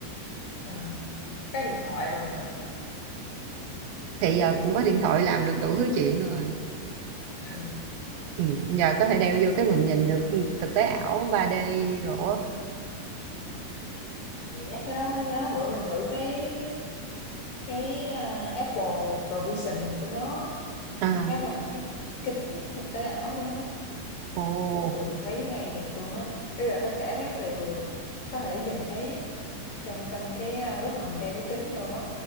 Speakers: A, on the left; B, on the right.
A: ừ. cái điện thoại đâu nữa
B: thì giờ cũng có điện thoại làm được đủ thứ chuyện rồi
A: ừ.
B: Ừ, giờ có thể đeo vô cái mình nhìn được ừ, thực tế ảo ba d đồ á.
A: Thì nhắc cái đó mới nhớ bữa mình thử cái cái à, Apple Provision gì của nó
B: à
A: cái mà cái kính thực tế ảo của nó
B: ồ
A: ừ thấy hay thiệt luôn á bây là tất cả các đều có thể nhìn thấy trong trong cái à, lúc mình đeo cái kính vô á